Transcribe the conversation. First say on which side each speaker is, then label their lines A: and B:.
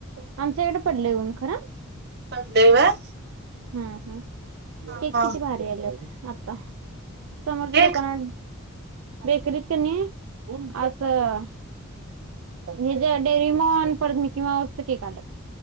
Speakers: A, on the right (about 70°); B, on the right (about 50°).
A: आमच्या इकडं पडलंय ऊन खरं.
B: पडलंय व्हय?
A: हम् हम्
B: हा
A: केक
B: हा
A: किती भारी आलेत आत्ता समोरच्या
B: एक
A: दुकानात बेकरीत कणी असं हेज डेरीमोन परत मीकीमाऊसचं केक आल्यात.